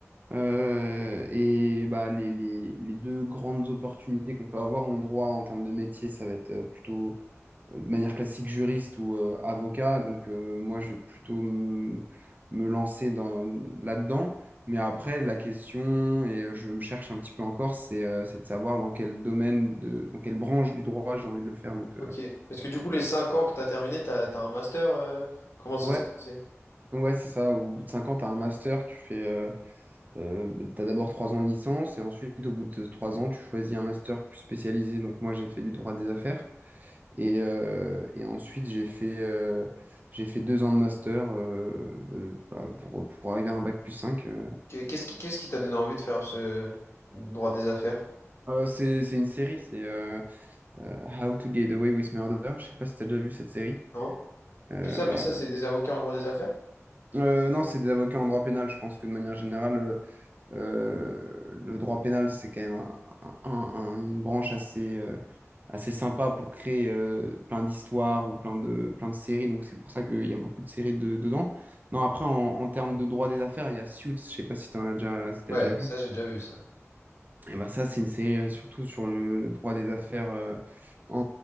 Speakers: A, on the right (about 35°); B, on the left (about 55°).
A: Euh, et bah, les, les, les deux grandes opportunités qu'on peut avoir en droit en termes de métier, ça va être euh, plutôt euh, de manière classique juriste ou euh, avocat. Donc, euh, moi, je vais plutôt me, me lancer dans, là-dedans. Mais après, la question, et euh, je me cherche un petit peu encore, c'est euh, c'est de savoir dans quel domaine, de, dans quelle branche du droit j'ai envie de le faire. Donc, euh,
B: Ok. Parce que du coup les 5 ans que t'as terminé, t'as, t'as un master, euh, comment ça
A: Ouais,
B: s'est passé?
A: ouais, c'est ça. Au bout de 5 ans, tu as un master, tu fais, euh, euh, t'as d'abord 3 ans de licence et ensuite, au bout de 3 ans, tu choisis un master plus spécialisé. Donc, moi, j'ai fait du droit des affaires et, euh, et ensuite, j'ai fait, euh, j'ai fait 2 ans de master euh, euh, voilà, pour, pour arriver à un bac plus 5. Euh,
B: Que- Qu'est-ce qui, qu'est-ce qui t'a donné envie de faire ce droit des affaires?
A: Euh, c'est, c'est une série, c'est euh, euh, How to Get Away with Murder. Je sais pas si tu as déjà vu cette série.
B: Non?
A: Euh,
B: Et ça,
A: bah,
B: mais ça c'est des avocats en droit des affaires?
A: euh, non, c'est des avocats en droit pénal. Je pense que de manière générale, euh, Euh, le droit pénal, c'est quand même un- un- un- une branche assez, euh, assez sympa pour créer euh, plein d'histoires ou plein de, plein de séries. Donc, c'est pour ça qu'il y a beaucoup de séries de- dedans. Non, après, en, en termes de droit des affaires, il y a Suits. Je sais pas si tu as déjà, si t'as
B: Ouais,
A: déjà vu.
B: ça j'ai déjà vu ça.
A: Et ben ça, c'est une série euh, surtout sur le, le droit des affaires euh, en-